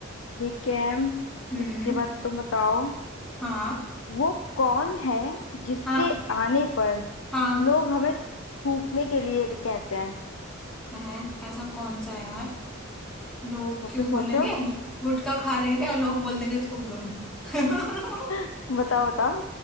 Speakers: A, on the left; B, in the centre.
A: ठीक है
B: हम्म
A: इसके बाद तुम बताओ
B: हाँ
A: वो कौन है जिसके
B: हाँ
A: आने पर
B: हाँ
A: लोग हमें थूकने के लिए कहते हैं
B: है ऐसा कौन सा है यार लोग
A: सोचो
B: क्यों बोलेंगे
A: सोचो
B: गुटखा खा रहे हैं क्या लोग बोल देंगे थूक दो <laughs>
A: <laughs> बताओ बताओ